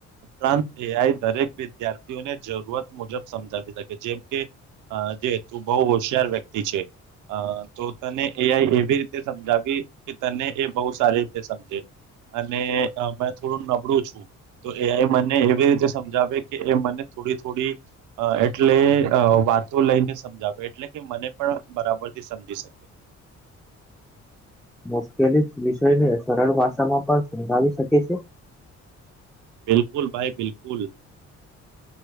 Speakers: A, on the right; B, in the centre.
A: ઉપરાંત એઆઈ દરેક વિદ્યાર્થીઓને જરૂરત મુજબ સમજાવી શ જેમ કે, અ જે તું બહુ હોશિયાર વ્યક્તિ છે. અ તો તને એઆઈ એવી રીતે સમજાવી કે તને એ બહુ સારી રીતે સમજે. અને અ મે થોડું નબળું છું તો એઆઈ મને એવી રીતે સમજાવે કે એ મને થોડી થોડી એટલે અ વાતો લઈને સમજાવે એટલે કે મને પણ બરાબરથી સમજી શકે.
B: મુશ્કેલી વિષયને સરળ ભાષામાં પણ સમજાવી શકે છે
A: બિલકુલ ભાઈ, બિલકુલ.